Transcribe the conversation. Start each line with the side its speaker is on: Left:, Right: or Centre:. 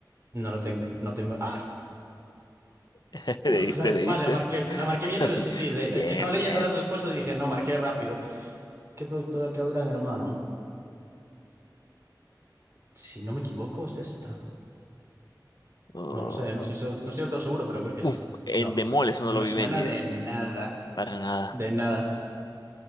Right: No lo tengo, no tengo... ¡Ay!
Left: <laughs> ¿Leíste,
Right: Uf, la-
Left: leíste?
Right: vale, la marqué,
Left: <laughs>
Right: la marqué bien, pero sí, sí, le-
Left: Bien,
Right: es que estaba leyendo
Left: bien.
Right: las respuestas y dije, no, marqué rápido. ¿Qué productora creó Gran Hermano? Si no me equivoco, es esta.
Left: Oh,
Right: No lo sé, no estoy, se- no estoy del todo seguro, pero creo que
Left: uf,
Right: es esa.
Left: en
Right: No,
Left: Endemol, eso
Right: no
Left: no lo
Right: me
Left: vi
Right: suena
Left: venir.
Right: de nada,
Left: Para nada.
Right: de nada.